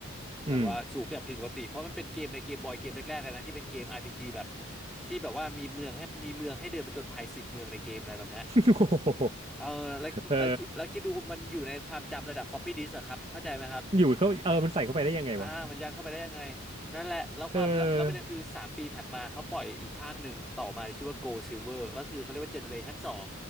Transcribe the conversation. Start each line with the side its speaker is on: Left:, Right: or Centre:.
Right: อืม
Centre: แบบว่าสูงแบบผิดปกติเพราะมันเป็นเกมในเกมบอยเกมแรกๆเลยนะที่เป็นเกม RPG แบบที่แบบว่ามีเมืองให้มีเมืองให้เดินไปจนภายสิบเมืองในเกมอะไรแบบเนี้ย
Right: <laughs> โอ้โห
Centre: เออแล้วคิดแล้วคิดแล้วคิดดูมันอยู่ในความจำระดับ
Right: เออ
Centre: floppy disk อะครับเข้าใจไหมครับ
Right: อยู่เขาเออมันใส่เข้าไปได้ยังไงวะ
Centre: อ่ามันยัดเข้าไปได้ยังไงนั่นแหละแล้วความแล้วแล้วประเด็นคือสามปีถัดมาเขาปล่อยอีกภาคหนึ่งต่อมาที่ชื่อว่า
Right: เออ
Centre: Gold Silver ก็คือเขาเรียกว่าเจเนเรชันสอง